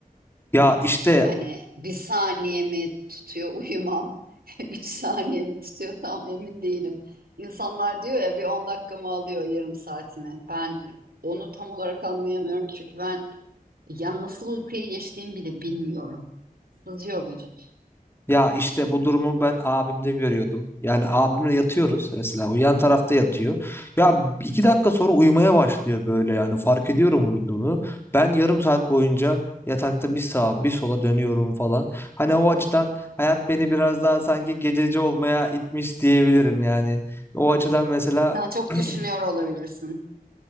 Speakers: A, on the left (about 15°); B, on the right (about 80°).
A: Ya işte
B: Hani bir saniye mi tutuyor uyumam? <laughs> Üç saniye mi tutuyor? Tam emin değilim. İnsanlar diyor ya bir on dakikamı alıyor yarım saatimi. Ben onu tam olarak anlayamıyorum çünkü ben ya nasıl uykuya geçtiğimi bile bilmiyorum. Sızıyor vücut.
A: Ya işte bu durumu ben abimde görüyordum. Yani abimle yatıyoruz mesela. O yan tarafta yatıyor. Ya iki dakika sonra uyumaya başlıyor böyle yani fark ediyorum uyuduğunu. Ben yarım saat boyunca yatakta bir sağa bir sola dönüyorum falan. Hani o açıdan hayat beni biraz daha sanki gececi olmaya itmiş diyebilirim yani. O açıdan mesela
B: Sen çok
A: <clears throat>
B: düşünüyor olabilirsin.